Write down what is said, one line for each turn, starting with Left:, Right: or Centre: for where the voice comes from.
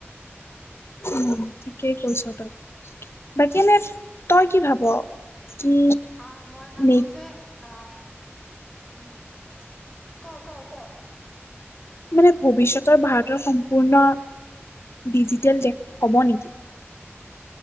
Left: উম, ঠিকেই কৈছ তই, বাকী এনে তই কি ভাব? কি?
Centre: অ মই ভাবো
Left: নে
Centre: যে অ উ ক ক ক
Left: মানে ভৱিষ্যতৰ ভাৰতৰ সম্পূৰ্ণ ডিজিটেল দেশ হ'ব নেকি